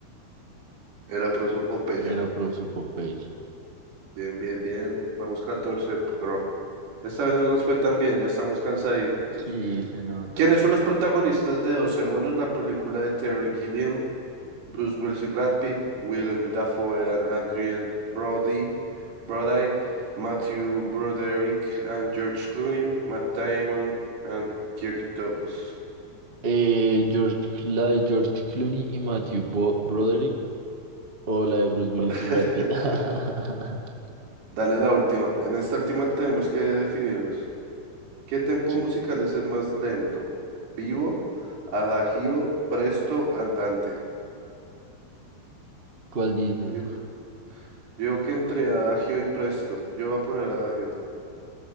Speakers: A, on the right; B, on the right.
A: Era prosopopeya.
B: Era prosopopeya.
A: Bien, bien, bien. Vamos 14 bro. Esta vez no nos fue tan bien, ya estamos cansaditos.
B: Sí, se nota.
A: ¿Quiénes son los protagonistas de Doce monos? La película de Terry Gilliam, Bruce Willis y Brad Pitt, Willem Dafoe and Adrian Brody, Brody, Matthew Broderick and George Clooney, Matt Damon and Kirk Douglas.
B: Eh, George, la de George Clooney y Matthew Bo- Broderick o la de Bruce Willis
A: <laughs>
B: y Brad Pitt. <laughs>
A: Dale la última. En esta última tenemos que definirnos. ¿Qué tempo
B: ¿Qui-
A: musical es el más lento? ¿Vivo, adagio, presto, andante?
B: ¿Cuál dices?
A: Yo, yo digo que entre adagio y presto. Yo voy a poner adagio.